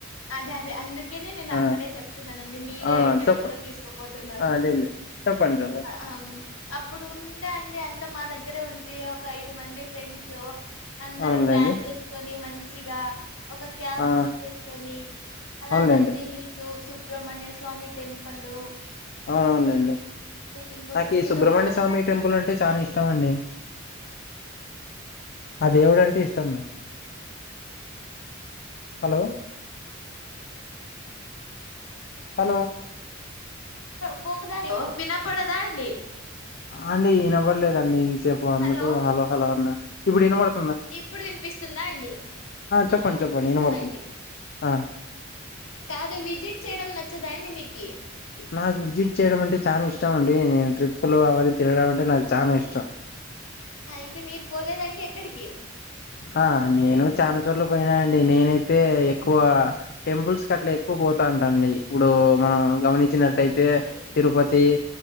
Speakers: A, on the left (about 80°); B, on the left (about 50°).
A: అదే అదే అందుకనే నేను
B: ఆ
A: అక్కడే చెప్తున్నానండి. మీరే
B: అవునవును
A: ఎక్కడెక్కడో
B: చెప్పండి
A: తీసుకపోతున్నారు.
B: అదేలే చెప్పండి చెప్పండి
A: ఆ అప్పుడు ఉందా అండి. అంత మా దగ్గరే ఉండ్రి ఒక ఐదు మంది ఫ్రెండ్స్ అందరు
B: అవునులేండి
A: ప్లాన్ చేసుకొని మన్ సిగా ఒక క్యాబ్
B: ఆ
A: బుక్ చేసి కొన్ని అలా
B: అవునులేండి
A: నంది హిల్స్ సుబ్రమణ్య స్వామి టెంపుల్కు
B: అవును అవునులేండి.
A: ఇంకొకటి
B: నాకి ఈ
A: ఏదో
B: సుబ్రమణ్య
A: పోయానండి
B: స్వామి టెంపుల్ అంటే చాన ఇష్టం అండి. అ దేవుడు అంటే ఇష్టం నాకి హలో హలో
A: పోకుదా లొ వినపడదా అండి
B: అండి ఈ నెంబర్ లేదండి చెప్పు అందుకు
A: హలో
B: హలోహలో అన్నా ఇప్పుడు వినపడు
A: ఇప్పుడు వినిపిస్తుందా అండి
B: చెప్పండి
A: ఆ వినిపిస్తుంది
B: చెప్పండి వినబడుతుంది
A: అండి
B: ఆ
A: కాదు విజిట్ చేయడం నచ్చ నచ్చద అండి మీకి
B: నాకు విజిట్ చేయడం అంటే చాల ఇష్టం అండి నేను ట్రిప్పులు అవన్నీ తిరగడం అంటే నాకు చాల ఇష్టం
A: అయితే మీరు పోలేదండి ఎక్కడికి
B: ఆ నేను చాలా చోట్ల పోయినానండి నేనైతే ఎక్కువ టెంపుల్స్ కి అట్లా ఎక్కువ పోతా అంటా అండి ఇప్పుడు మనం గమని వచ్చినట్టు అయితే
A: ఓ మీరు
B: తిరుపతి